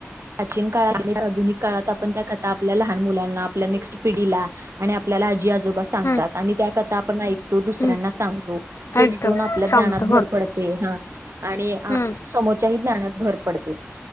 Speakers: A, on the right; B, on the left.
A: प्राचीन काळात आणि आधुनिक काळात आपण त्या कथा आपल्या लहान मुलांना आपल्या नेक्स्ट पिढीला आणि आपल्याला आजी आजोबा सांगतात
B: हम्म
A: आणि त्या कथा आपण एक तो दुसऱ्यांना
B: हम्म
A: सांगतो, जेणेकरून
B: एकदम
A: आपल्या ज्ञानात
B: सांगतो हो
A: भर पडते हा. आणि
B: हम्म
A: समोरच्याही ज्ञानात भर पडते.